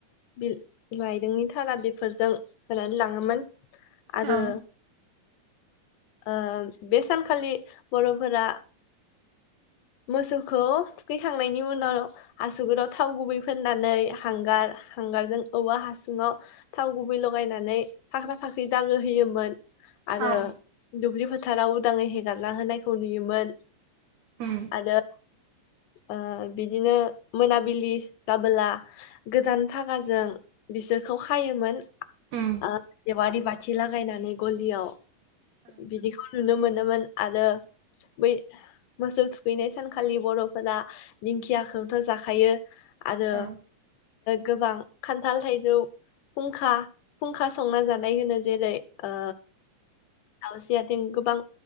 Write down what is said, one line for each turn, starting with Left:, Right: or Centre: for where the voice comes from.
Left: बिल रायदोंनि थारा बेफोरजों होनानै लाङोमोन आरो
Right: औ
Left: ओ बे सानखालि बर'फोरा मोसौखौ फैखांनायनि उनाव आसुगदाव थाव गुबै फोननानै हांगार हांगारजों औवा हासुङाव थाव गुबै लगायनानै फाख्रा फाख्रि दागो होयोमोन आरो
Right: औ
Left: दुब्लि फोथ फोथाराव उदाङै हेगारना होनायखौ नुयोमोन
Right: उम
Left: आरो ओ बिदिनो मोनाबिलि दाबोला गोदान फागाजों बिसोरखौ खायोमोन
Right: उम
Left: ओ जेवारी बाथि साथि लागायनानै गलियाव
Right: औ
Left: बिदिखौ नुनो मोनो मोन आरो बै मोसौ थुखैनाय सानखालि बर' फोरा दिंखियाखौथ' जाखायो आरो
Right: औ
Left: गोबां खान्थाल थाइजौ फुंखा फुंखा संना जानाय होनो जेरै ओ आवसे गोबां